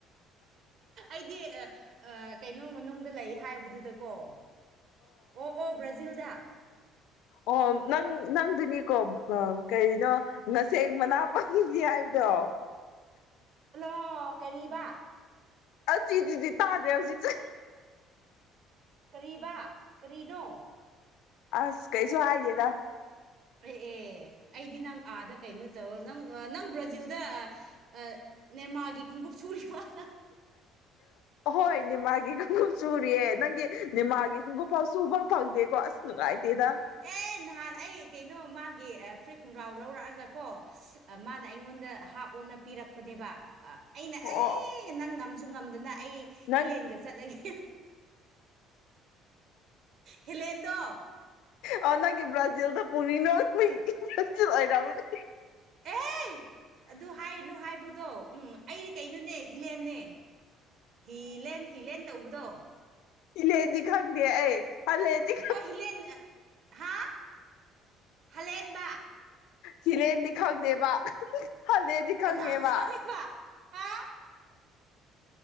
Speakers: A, on the right (about 45°); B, on the left (about 75°).
A: ꯑꯩꯗꯤ ꯑꯥ ꯑꯥ ꯀꯩꯅꯣ ꯃꯅꯨꯡꯗ ꯂꯩ ꯍꯥꯏꯕꯗꯨꯗꯀꯣ ꯑꯣ ꯑꯣ ꯕ꯭ꯔꯥꯖꯤꯜꯗ
B: ꯑꯣ ꯅꯪ ꯅꯪꯗꯨꯅꯤꯀꯣ ꯑ ꯀꯩꯅꯣ ꯉꯁꯤ ꯃꯅꯥ ꯄꯥꯅꯤꯡꯉꯤ ꯍꯥꯏꯕꯗꯣ
A: ꯍꯜꯂꯣ ꯀꯔꯤꯕ
B: ꯑꯁꯤꯗꯨꯗꯤ ꯇꯥꯗ‌ꯦ ꯍꯧꯖꯤꯛꯁꯨ
A: ꯀꯔꯤꯕ ꯀꯔꯤꯅꯣ
B: ꯑꯁ ꯀꯩꯁꯨ ꯍꯥꯏꯗ‌ꯦꯗ
A: ꯑꯦ ꯑꯦ ꯑꯩꯗꯤ ꯅꯪ ꯑꯥꯗ ꯀꯩꯅꯣ ꯇꯧꯔ ꯅꯪ ꯅꯪ ꯕ꯭ꯔꯥꯖꯤꯜꯗ ꯑꯥ ꯅꯦꯃꯥꯔꯒꯤ ꯈꯣꯡꯎꯞ ꯁꯨꯔꯤꯕ‌ꯣ
B: ꯍꯣꯏ ꯅ‌ꯦꯃꯥꯔꯒꯤ ꯈꯣꯡꯎꯞ ꯁꯨꯔꯤꯌꯦ ꯅꯪꯒꯤ ꯅ‌ꯦꯃꯥꯔꯒꯤ ꯈꯣꯡꯎꯞꯐꯥꯎ ꯁꯨꯕ ꯐꯪꯗꯦꯀꯣ ꯑꯁ ꯅꯨꯡꯉꯥꯏꯇꯦꯗ
A: ꯑꯦ ꯅꯍꯥꯟ ꯑꯩ ꯀꯩꯅꯣ ꯃꯥꯒꯤ ꯐꯨꯔꯤꯠ ꯈꯣꯡꯒ꯭ꯔꯥꯎ ꯂꯧꯔꯛꯑꯒ ꯀꯣ ꯃꯥꯅ ꯑꯩꯉꯣꯟꯗ ꯍꯥꯞ ꯑꯣꯟꯅ ꯄꯤꯔꯛꯄꯅꯦꯕ ꯑꯩꯅ
B: ꯑꯣ ꯑꯣ
A: ꯑꯦ ꯅꯪ ꯉꯝꯁꯨ ꯉꯝꯗꯅ ꯑꯩ
B: ꯅꯪ
A: ꯏꯂꯦꯟꯒ ꯆꯠꯂꯒꯦ ꯍ‌ꯦꯂꯦꯟꯗꯣ
B: ꯑꯣ ꯅꯪꯒꯤ ꯕ꯭ꯔꯥꯖꯤꯜꯗ ꯄꯨꯔꯤꯅꯕ ꯃꯤ ꯕꯔꯥꯖꯤꯜ ꯑꯣꯏꯔꯝꯃꯅꯤ
A: ꯑꯦ ꯑꯗꯨ ꯍꯥꯏꯔꯅꯨ ꯍꯥꯏꯕꯗꯣ ꯎꯝ ꯑꯩꯗꯤ ꯀꯩꯅꯣꯅꯦ ꯍꯤꯂꯦꯟꯅꯦ ꯍꯤꯂꯦꯟ ꯍꯤꯂꯦꯟ ꯇꯧꯕꯗꯣ
B: ꯏꯂꯦꯟꯗꯤ ꯈꯪꯗꯦ ꯑꯩ ꯍꯂꯦꯟꯗꯤ
A: ꯑꯣ ꯍꯤꯂꯦꯟ ꯍꯥ ꯍꯂꯦꯟꯕ
B: ꯍꯤꯂ‌ꯦꯟꯗꯤ ꯈꯪꯗꯦꯕ ꯍꯂꯦꯟꯗꯤ ꯈꯪꯉꯦꯕ
A: ꯀꯅꯥ ꯈꯪꯉꯤꯕ ꯍꯥ